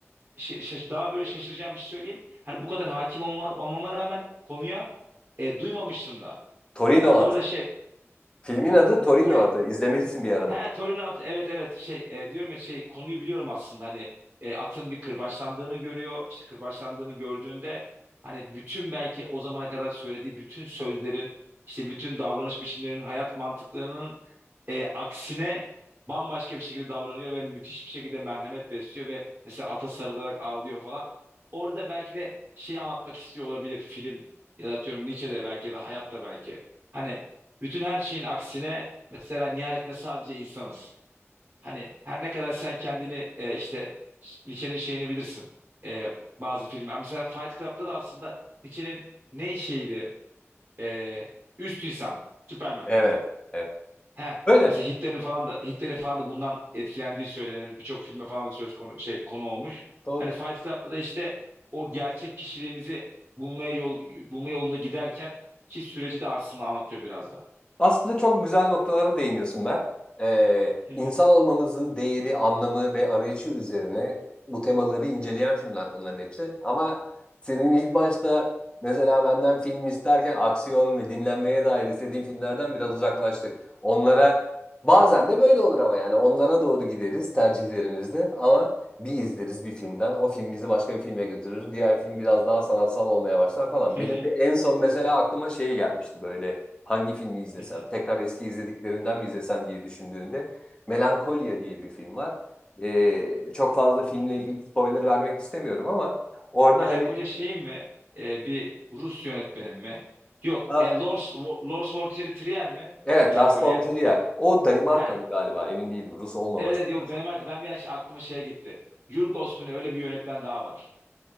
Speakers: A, on the right (about 30°); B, on the left (about 20°).
A: Şey, şaş- daha böyle şaşıracağım bir şey söyleyeyim. Hani bu kadar hakim olma- olmama rağmen konuya e, duymamıştım da.
B: Torino
A: Bu
B: atı.
A: arada
B: Filmin
A: şey
B: adı Torino atı. İzlemelisin bir ara mutlaka.
A: He Torino at evet evet şey e, diyorum ya şey konuyu biliyorum aslında hani e, atın bir kırbaçlandığını görüyor işte kırbaçlandığını gördüğünde hani bütün belki o zamana kadar söylediği bütün sözlerin işte bütün davranış biçimlerinin hayat mantıklarının e, aksine bambaşka bir şekilde davranıyor ve müthiş bir şekilde merhamet besliyor ve mesela ata sarılarak ağlıyor falan. Orada belki de şeyi anlatmak istiyor olabilir film ya da atıyorum Nietzsche'de belki ya da hayatta belki. Hani bütün her şeyin aksine mesela nihayetinde sadece insanız. Hani her ne kadar sen kendini e, işte Nietzsche'nin şeyini bilirsin. E, bazı film. Ha, Mesela Fight Club'da da aslında Nietzsche'nin ne şeydi? E, üst insan. Superman.
B: Evet, evet.
A: He.
B: Öyle.
A: Mesela Hitler'in falan da Hitler'in falan da bundan etkilendiği söylenir. Birçok filme falan da söz konu şey konu olmuş.
B: Doğru.
A: Hani Fight Club'da da işte o gerçek kişiliğimizi bulmaya yol bulma yolunda giderken ki süreci de aslında anlatıyor biraz da.
B: Aslında çok güzel noktalara değiniyorsun Mert. Ee,
A: Hı hı,
B: insan olmamızın değeri, anlamı ve arayışı üzerine bu temaları inceleyen filmler bunların hepsi. Ama senin ilk başta mesela benden film isterken aksiyon ve dinlenmeye dair istediğin filmlerden biraz uzaklaştık. Onlara bazen de böyle olur ama yani onlara doğru gideriz tercihlerimizde ama bir izleriz bir filmden. O film bizi başka bir filme götürür. Diğer film biraz daha sanatsal olmaya başlar falan.
A: hı
B: Benim
A: hı,
B: de en son mesela aklıma şey gelmişti böyle hangi filmi izlesem,
A: hı hı.
B: tekrar eski izlediklerimden mi izlesem diye düşündüğünde Melankolia diye bir film var. Ee, çok fazla filmle ilgili spoiler vermek istemiyorum ama orada
A: Melancholia
B: hani
A: şeyim mi? Ee, bir Rus yönetmenim mi? Yok.
B: ha,
A: E, Lars Lars von Trier Trier mi?
B: evet
A: Melancholia.
B: Lars von Trier o Danimarkalı
A: Ha,
B: galiba emin değilim Rus olmaması
A: evet, evet yok
B: lazım.
A: Danimarka. Ben bir an şey- aklıma şeye gitti. Yorgos mu ne öyle bir yönetmen daha var.